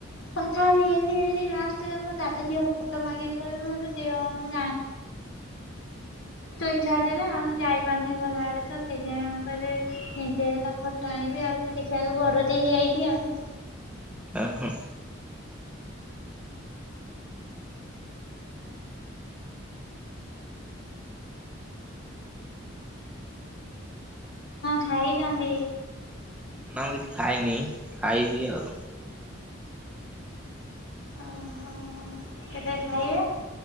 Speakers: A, on the left; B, in the centre.
A: କଥା ହେ ହେ ହେ ଲାଷ୍ଟରେ ମୋ ଦାଦା ଝିଅ ଫଟୋ ମାଗିଲେ ମୋତେ ଦିଅ।
B: <inaudible>
A: ତୁଇ ଚାଲେ ନା ଆମେ ଯାଇପାରୁନି ଘର ଆଡେ ତ ସେଇଥିପାଇଁ ଏମିତି ତା ଫଟୋ ଆଣିବି ଆଉ ଯିଏ ଦେଖିବାକୁ ବଡଟେ ହେଇଯାଇଛି ଆଉ
B: ଆ- ହୁଁ।
A: ଖାଇଚନ୍ତି
B: ନା ମୁଁ କିଛି ଖାଇନି ଖାଇବି ଆଉ
A: ଓ ହୋ କେତେ ଖାଇବେ
B: ମୁଁ